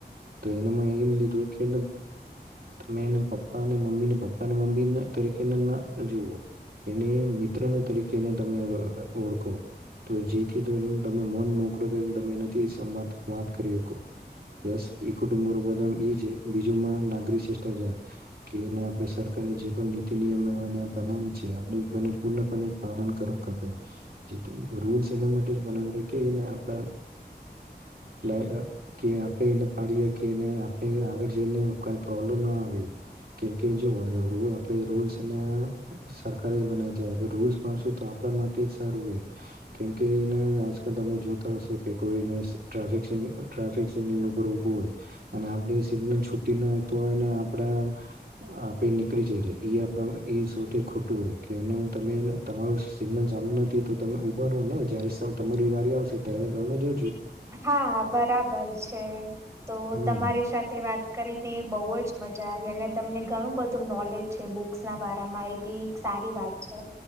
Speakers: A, on the right; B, on the right.
A: તો એને એમ લીધું કે તમે એના પપ્પા અને મમ્મી પપ્પાને મમ્મી તરીકે ના જુઓ એને મિત્રને તરીકેને તમે ઓળખો તો જેથી કરીને તમે મન મોકળો કરીને તમે એના થી સંવાદ વાત કરી હકો પલસ એ કુટુંબો <unintelligible> ઈ છે બીજુંમાં નાગરિક શિષ્ટાચાર કે એને આપણે સરકારે જે પણ નીતિ નિયમ બન બનાયા છે આપણે એનું પૂર્ણપણે પાલન કરવું કપે જે રૂલ્સ એના માટે જ બનાવી કે એના આપણા લા કે આપણે એને પાડીએ હકીએ કે એને આપણે આગળ જઈને કાઈ પ્રોબ્લેમ ના આવે કેમકે જો આપણે રુલ રૂલ્સ સરકાર જ બનાવે છે અ રૂલ્સ પાડશું તો આપણા માટે જ સારું હોય કેમકે એના આજકાલ તમે જોતા હશો કે કોઈને ટ્રાફિક ટ્રાફિક સિગ્નલ ઉપર ઊભું હોય અને આપડી સિગ્નલ છૂટી ન હકતુ હોય તો હોયને આપણા આપે નીકળી જઈએ ઈ આપણા ઈ સૌથી ખોટું હોય કે એને તમે તમારું સિગ્નલ ચાલુ નથી તો તમે ઊભા રોને જયારે તમારી વારી આવશે ત્યારે તમે જો
B: હા બરાબર છે તો
A: હમ
B: તમારી સાથે વાત કરીને બહુ જ મજા આવી અને તમને ઘણું બધું નોલેજ છે બુક્સ ના બરામાં એ બી એક સારી વાત છે.